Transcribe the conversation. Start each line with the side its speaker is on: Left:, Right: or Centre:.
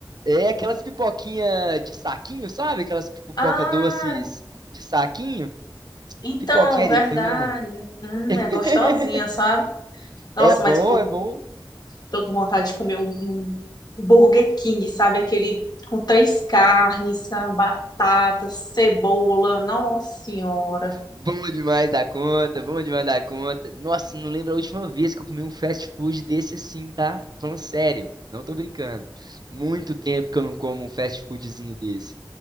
Right: É aquelas pipoquinha de saquinho, sabe? Aquelas pipoca
Left: Ah,
Right: doces de saquinho.
Left: então,
Right: Pipoquinha
Left: verdade.
Right: aritana.
Left: Hum, é
Right: <laughs>
Left: gostosinha, sabe? Nossa,
Right: É bom,
Left: mas eu tô,
Right: é bom.
Left: tô com vontade de comer um, um Burger King, sabe? Aquele com três carnes, com batata, cebola. Nossa Senhora.
Right: Bom demais da conta, bom demais da conta. Nossa, não lembro a última vez que eu comi um fast food desse assim, tá? Tô Falando sério, não tô brincando. Muito tempo que eu não como um fast foodzinho desse.